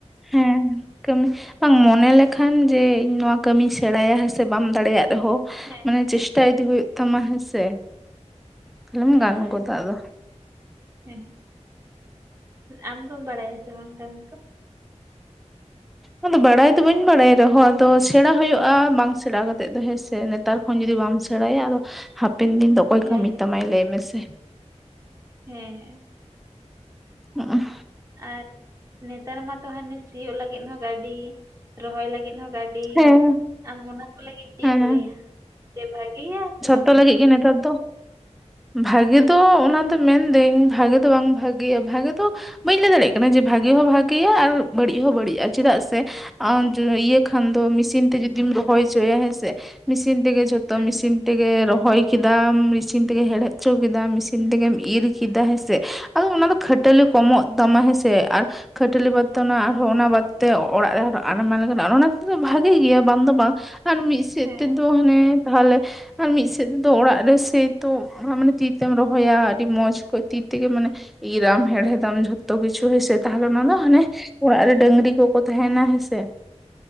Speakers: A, in the centre; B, on the right (about 25°).
A: ᱦᱮᱸ, ᱠᱟᱹᱢᱤ। ᱵᱟᱝ ᱢᱚᱱᱮ ᱞᱮᱠᱷᱟᱱ, ᱡᱮ ᱤᱧ ᱱᱚᱶᱟ ᱠᱟᱹᱢᱤᱧ ᱥᱮᱬᱟᱭᱟ, ᱦᱮᱸ ᱥᱮ ᱵᱟᱢ ᱫᱟᱲᱮᱭᱟᱜ ᱨᱮᱦᱚᱸ।
B: ᱦᱮᱸ,
A: ᱢᱟᱱᱮ ᱪᱮᱥᱴᱟ ᱤᱫᱤ, ᱦᱳᱭᱳᱜ ᱛᱟᱢᱟ ᱦᱮᱸᱥᱮ᱾ ᱛᱟᱦᱞᱮᱢ
B: ᱦᱮᱸ,
A: ᱜᱟᱱ ᱜᱚᱫᱟ ᱟᱫᱚ
B: ᱦᱮᱸ, ᱟᱢ ᱫᱚᱢ ᱵᱟᱲᱟᱭᱟ ᱥᱮ ᱵᱟᱝ, ᱠᱟᱹᱢᱤ ᱠᱚ?
A: ᱟᱫᱚ ᱵᱟᱲᱟᱭ ᱫᱚ ᱵᱟᱹᱧ ᱵᱟᱲᱟᱭ ᱨᱮᱦᱚᱸ, ᱟᱫᱚ ᱥᱮᱬᱟ ᱦᱳᱭᱳᱜᱼᱟ, ᱵᱟᱝ ᱥᱮᱬᱟ ᱠᱟᱛᱮ ᱫᱚ, ᱦᱮᱸᱥᱮ ᱱᱮᱛᱟᱨ ᱛᱚᱠᱷᱚᱱ ᱡᱩᱫᱤ ᱵᱟᱢ ᱥᱮᱬᱟᱭᱟ, ᱟᱫᱚ ᱦᱟᱯᱮᱱ ᱫᱤᱱ ᱫᱚ ᱚᱠᱚᱭ
B: ᱦᱮᱸ
A: ᱠᱟᱹᱢᱤ ᱛᱟᱢᱟᱭ, ᱞᱟᱹᱭ ᱢᱮᱥᱮ?
B: ᱦᱮᱸ,
A: ᱦᱩᱜ ᱩᱸ,
B: ᱟᱨ ᱱᱮᱛᱟᱨ ᱢᱟᱛᱚ, ᱦᱟᱱᱮ ᱥᱤᱭᱳᱜ ᱞᱟᱹᱜᱤᱫ ᱦᱚᱸ ᱜᱟᱹᱰᱤ, ᱨᱚᱦᱚᱭ ᱞᱟᱹᱜᱤᱫ ᱦᱚ ᱜᱟᱹᱰᱤ,
A: ᱦᱮᱸ
B: ᱟᱢ ᱚᱱᱟ ᱠᱚ ᱞᱟᱹᱜᱤᱫ ᱪᱮᱜ
A: ᱦᱮᱸ
B: ᱮᱢ ᱞᱟᱹᱭᱟ? ᱡᱮ ᱵᱷᱟᱜᱮᱭᱟ ᱥᱮ
A: ᱡᱷᱚᱛᱚ
B: ᱵᱟᱝ ᱵᱷᱟᱜᱮᱭᱟ?
A: ᱞᱟᱹᱜᱤᱜ ᱜᱮ, ᱱᱮᱛᱟᱨ ᱫᱚ᱾ ᱵᱷᱟᱜᱮ ᱫᱚ ᱚᱱᱟ ᱫᱚ ᱢᱮᱱᱫᱟᱹᱧ, ᱵᱷᱟᱜᱮ ᱫᱚ ᱵᱟᱝ ᱵᱷᱟᱜᱮᱭᱟ, ᱵᱷᱟᱜᱮ ᱫᱚ ᱵᱟᱹᱧ ᱞᱟᱹᱭ ᱫᱟᱲᱮᱭᱟᱜ ᱠᱟᱱᱟ ᱡᱮ, ᱵᱷᱟᱹᱜᱮ ᱦᱚᱸ ᱵᱷᱟᱜᱮᱭᱟ, ᱟᱨ ᱵᱟᱹᱲᱤᱡ ᱦᱚᱸ ᱵᱟᱹᱲᱤᱡᱼᱟ᱾ ᱪᱮᱫᱟᱜ ᱥᱮ ᱟᱸ ᱤᱭᱟᱹ ᱠᱷᱟᱱ
B: ᱦᱮᱸ
A: ᱫᱚ, ᱢᱮᱥᱤᱱ ᱛᱮ ᱡᱩᱫᱤᱢ ᱨᱚᱦᱚᱭ ᱦᱚᱪᱚᱭᱟ, ᱦᱮᱸᱥᱮ ᱢᱮᱥᱤᱱ ᱛᱮᱜᱮ ᱡᱷᱚ ᱛᱚ
B: ᱦᱮᱸ
A: ᱢᱮᱤᱥᱤᱱ, ᱛᱮᱜᱮ ᱨᱚᱦᱚᱭ ᱠᱮᱫᱟᱢ, ᱢᱮᱥᱤᱱ ᱛᱮᱜᱮ ᱦᱮᱲᱦᱮᱫ ᱪᱚ ᱠᱮᱫᱟᱢ, ᱢᱮᱥᱤᱱ ᱛᱮᱜᱮᱢ ᱤᱨ ᱠᱮᱫᱟ, ᱦᱮᱸᱥᱮ᱾ ᱟᱫᱚ ᱚᱱᱟ ᱫᱚ ᱠᱷᱟᱹᱴᱟᱹᱞᱤ ᱠᱚᱢᱚᱜ ᱛᱟᱢᱟ ᱦᱮᱸᱥᱮ ᱟᱨ ᱠᱷᱟᱹᱴᱟᱹᱞᱤ ᱵᱟᱫᱽᱛᱮᱚ ᱟᱨᱦᱚᱸ ᱚᱱᱟ ᱵᱟᱫᱛᱮ ᱚᱲᱟᱜ <unintelligible> ᱚᱱᱟ ᱛᱮᱫᱚ ᱵᱷᱟᱜᱮ ᱜᱮᱭᱟ ᱵᱟᱝ ᱫᱚ ᱵᱟᱝ᱾ ᱟᱨ ᱢᱤᱫ ᱥᱮᱫ
B: ᱦᱮᱸ
A: ᱛᱮᱫᱚ ᱦᱟᱱᱮ ᱛᱟᱦᱚᱞᱮ ᱟᱨ ᱢᱤᱫ ᱥᱮᱫ ᱛᱮᱫᱚ ᱚᱲᱟᱜ ᱨᱮ ᱥᱮᱭ ᱛᱚ, ᱢᱟᱱᱮ ᱛᱤ ᱛᱮᱢ ᱨᱚᱦᱚᱭᱟ ᱟᱹᱰᱤ ᱢᱚᱸᱡᱽ ᱠᱚ ᱛᱤ ᱛᱮᱜᱮ ᱢᱟᱱᱮ ᱤᱨ ᱟᱢ ᱦᱮᱲᱦᱮ ᱫᱟᱢ ᱡᱚᱛᱚ ᱠᱤᱪᱷᱩ ᱦᱮᱸ ᱥᱮ᱾ ᱛᱟᱦᱚᱞᱮ ᱚᱱᱟ ᱫᱚ ᱦᱟᱱᱮ ᱚᱲᱟᱜ ᱨᱮ ᱰᱟᱹᱝᱨᱤ ᱠᱚᱠᱚ ᱛᱟᱦᱮᱱᱟ ᱦᱮᱸᱥᱮ᱾